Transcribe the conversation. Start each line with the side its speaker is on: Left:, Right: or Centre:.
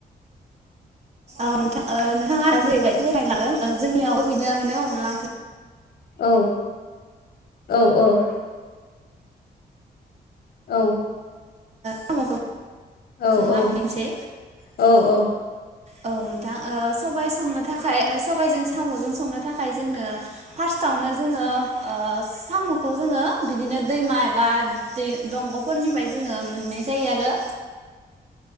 Right: औ नों <unintelligible> नोंथाङानो जेरैबायदि <unintelligible> लादों जोंनियावबो बिनो <unintelligible> अनला ओं
Left: औ औ औ। औ।
Right: साम'खौ
Left: औ
Right: सङो
Left: औ
Right: आं मोनसे
Left: औ औ।
Right: औ नोंथां सबाय संनो थाखाय सबायजों साम'जों संनो थाखाय जोंनो फार्स्टआवनो जोंङो साम'खौ जोंङो बिदिनो दैमा एबा दै दंग'फोरनिफ्राय जोंङो मोननाय जायो आरो